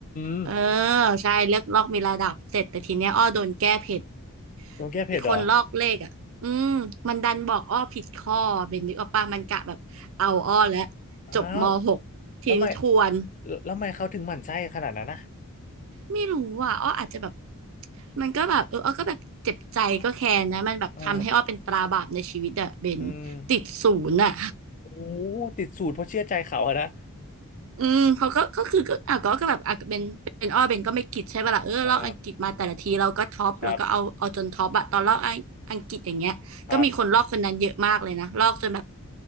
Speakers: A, on the left; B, on the right.
A: ม
B: เออใช่เลือกลอกมีระดับเสร็จแต่ทีเนี้ยอ้อโดนแก้ผิด
A: โดนแก้เผ็ดเหรอ
B: อีกคนลอกเลขอะอืมมันดันบอกอ้อผิดข้อเบนนึกออกปะมันกะแบบเอาอ้อแล้ว
A: อ้าว
B: จบมหกทิ้งทวน
A: แล้วทำไมแล้วทำไมเขาถึงหมั่นไส้ขนาดนั้นนะ
B: ไม่รู้อ่ะอ้ออาจจะแบบมันก็แบบเอออ้อก็แบบเจ็บใจก็แค้นนะมันแบบทำให้อ้อเป็นตราบาปในชีวิตอะเบนติดศูนย์อะ
A: เอออืม โอ้ติดสูตรเพราะเชื่อใจเขาอะนะ
B: อืมเขาก็ก็คือก็อ่ะก็ก็แบบอ่ะเป็นเป็นอ้อเป็นก็ไม่คิดใช่ป่ะล่ะเออเราอังกฤษมาแต่ละทีเราก็ท็อปแล้วก็เอาเอาจนท็อปอะตอนเราอังอังกฤษอย่างเงี้ยก็มีคนลอกคนนั้นเยอะมากเลยนะลอกจนแบบ
A: อ่าครับครับ